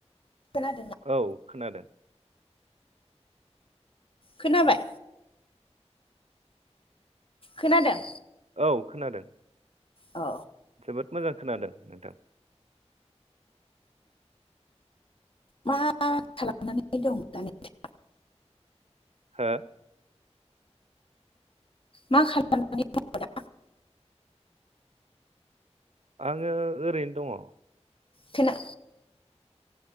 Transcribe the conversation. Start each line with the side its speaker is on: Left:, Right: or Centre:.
Left: <unintelligible>
Right: औ खोनादों।
Left: खोनाबाय? खोनादों
Right: औ खोनादों।
Left: औ
Right: जोबोद मोजां खोनादों नोंथां
Left: मा खालामनानै दं दानि?
Right: हो
Left: मा खालामनानै दं दा?
Right: आङो ओरैनो दङ।
Left: थना